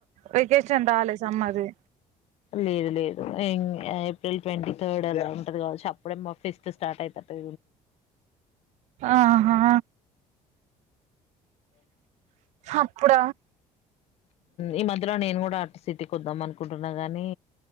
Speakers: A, on the right; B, on the left.
A: వెకేషన్ంటాలి సమ్మర్ది
B: లేదు లేదు ఏప్రిల్ ట్వంటీ థర్డ్ అలా ఉంటది కావచ్చు అప్పుడే పంపిస్తే స్టార్ట్ అవుతూ
A: ఆహా అప్పుడ
B: ఈ మధ్యలో నేనుకూడా స్మార్ట్ సిటీ కి వద్ద మణి అనుకుంటున్నా కాగాని